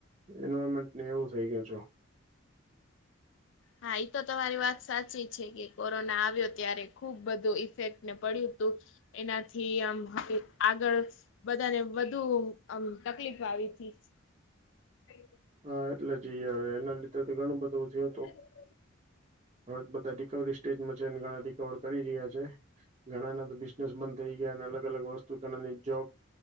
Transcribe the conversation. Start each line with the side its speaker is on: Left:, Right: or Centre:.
Right: એન્વાયરમેન્ટને એવું થઈ ગયું છો
Left: હા એ તો તમારી વાત સાચી છે કે કોરોના આવ્યો ત્યારે ખુબ બધું ઈફેક્ટને પડ્યું હતું એનાથી આમ <inaudible> આગળ બધાને વધુ <inaudible> આમ તકલીફ આવી હતીથી <inaudible>
Right: હા એટલે જ ઈ આવે એના લીધે તો ઘણું બધું થય
Left: હમ <unintelligible>
Right: હવે બધા રિકવરી સ્ટેજમાં છે ઘણા રિકવર કરી રહ્યા છે ઘણાના તો બંધ થઈ ગયા અને અલગ અલગ વસ્તુ કેની જોબ